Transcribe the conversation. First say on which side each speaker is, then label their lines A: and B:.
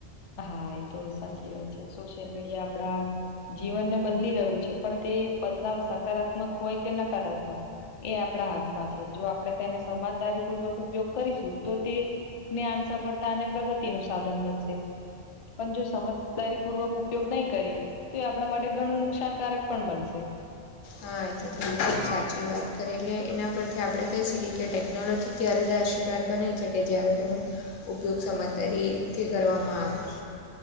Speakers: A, on the left; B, on the left.
A: હા એ તો સાચી વાત છે, સોશિયલ મીડિયા આપણા જીવનને બદલી રહ્યું છે, પણ તે બદલાવ સકારાત્મક હોય કે નકારાત્મક. એ આપણા હાથમાં છે, જો આપણે તેને સમાજદારી પૂર્વક ઉપયોગ કરીશું તો તે જ્ઞાન, સફળતા અને પ્રગતિ નું સાધન બનશે. પણ જો સમજદારી પૂર્વક ઉપયોગ નઈ કરી, તો એ આપણા માટે ઘણું નુકસાનકારક પણ બનશે.
B: હા એ તો થોડી સાચી વાત કરી, એટલે એના પરથી આપણે કહી શકીએ કે ટેકનોલોજી ત્યારે જ આશીર્વાદ બને છે, કે જ્યારે તેનો ઉપયોગ સમદારીથી કરવામાં આવે.